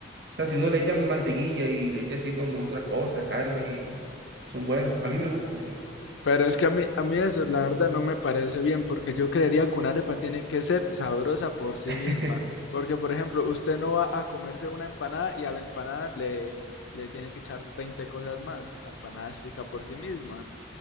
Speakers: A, on the right; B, on the left.
A: sea, si uno le echa mantequilla y le echa así como otras cosas, carne, son buenas. A mí me gusta y...
B: Pero es que a mí, a mí eso, la verdad, no me parece bien, porque yo creería que una arepa tiene que ser sabrosa por sí
A: <laughs>
B: misma. Porque, por ejemplo, usted no va a comerse una empanada y a la empanada le, le tiene que echar 20 cosas más. La empanada es rica por sí misma.